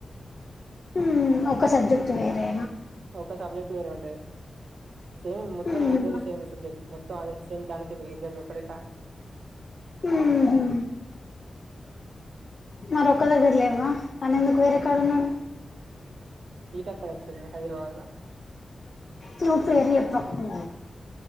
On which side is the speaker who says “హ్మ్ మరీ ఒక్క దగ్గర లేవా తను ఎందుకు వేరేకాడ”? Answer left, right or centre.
Left